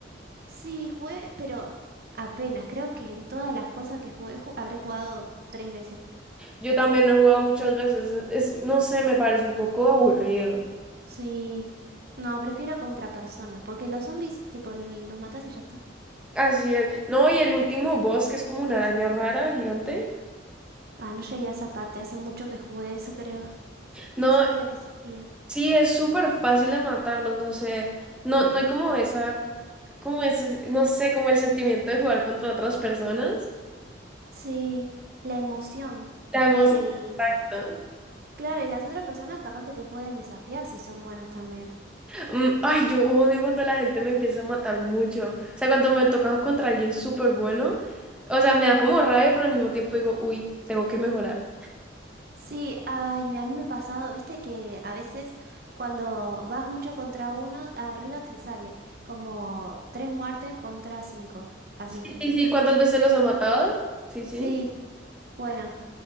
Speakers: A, on the right; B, in the centre.
A: Sí, jugué, pero apenas. Creo que en todas las cosas que jugué ju- habré jugado tres veces.
B: Yo también lo he jugado muchas veces. Es, no sé, me parece un poco aburrida.
A: Sí. No, prefiero contra personas porque los zombies, tipo, los matas y ya está.
B: Así es. No, y el último boss, que es como una araña rara, gigante.
A: Ah, no llegué a esa parte, hace mucho que jugué eso, creo.
B: No,
A: No sabía que existía.
B: sí, es súper fácil de matarlos, no sé. No, no hay como esa, como ese, no sé, como el sentimiento de jugar contra otras personas.
A: Sí, la emoción.
B: La emoción.
A: Y el...
B: ¿no?
A: Claro, y las otras personas capaz que te pueden desafiar si son buenos también.
B: Mm, ay, yo odio cuando la gente me empieza a matar mucho. O sea, cuando me toca contra alguien súper bueno, o sea, me da como rabia, pero al mismo tiempo digo, uy, tengo que mejorar.
A: Sí, ay, a mí me ha pasado, viste que a veces cuando vas mucho contra uno, arriba te sale como tres muertes contra cinco, así.
B: Sí, sí, ¿cuántas veces los ha matado? Sí,
A: Sí,
B: sí.
A: bueno,